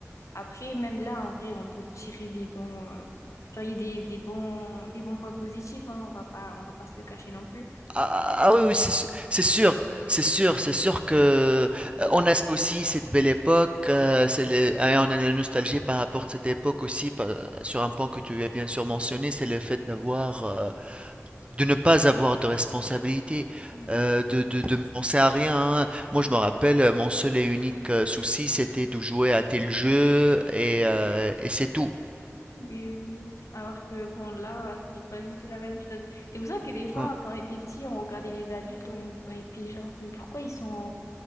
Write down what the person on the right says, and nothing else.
Ah, ah ah, ah oui, oui, c'est su- c'est sûr, c'est sûr, c'est sûr que euh, on a aussi cette belle époque, euh, c'est le- hein, on a la nostalgie par rapport à cette époque aussi, par- sur un point que tu as bien sûr mentionné, c'est le fait d'avoir, euh, de ne pas avoir de responsabilité,
euh, de, de, de ne penser à rien. hein. Moi, je me rappelle, euh, mon seul et unique euh, souci, c'était de jouer à tel jeu et, euh, et c'est tout.
Mm.